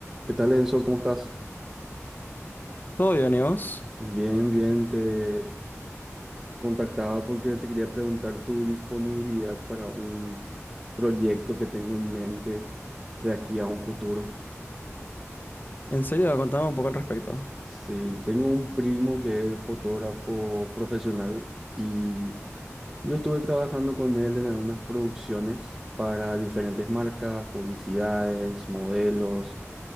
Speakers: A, on the right (about 20°); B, on the left (about 35°).
A: ¿Qué tal, Enzo? ¿Cómo estás?
B: Todo bien, ¿y vos?
A: Bien, bien, te contactaba porque te quería preguntar tu disponibilidad para un proyecto que tengo en mente de aquí a un futuro.
B: En serio, contame un poco al respecto.
A: Sí, tengo un primo que es fotógrafo profesional y yo estuve trabajando con él en algunas producciones para diferentes marcas, publicidades, modelos,